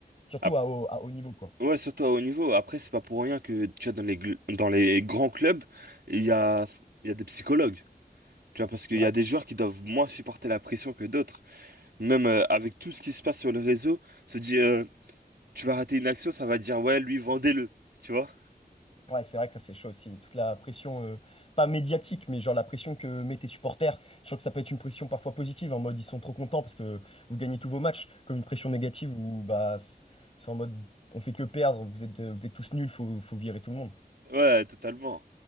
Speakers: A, on the left; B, on the right.
A: surtout
B: Ap-
A: à haut, à haut niveau, quoi.
B: ouais, surtout au niveau. Après, c'est pas pour rien que, tu vois, dans les, gl- dans les grands clubs, il y a, il y a des psychologues. Tu vois, parce qu'il
A: Ouais.
B: y a des joueurs qui doivent moins supporter la pression que d'autres. Même euh, avec tout ce qui se passe sur le réseau, se dire, euh, tu vas rater une action, ça va dire, ouais, lui, vendez-le. Tu vois?
A: Ouais, c'est vrai que ça c'est chaud aussi. Toute la pression, euh, pas médiatique, mais genre la pression que mettent tes supporters. Je trouve que ça peut être une pression parfois positive, en mode ils sont trop contents parce que vous gagnez tous vos matchs, comme une pression négative où bah c- ils sont en mode on fait que perdre, vous êtes, euh, vous êtes tous nuls, faut, faut virer tout le monde.
B: Ouais, totalement.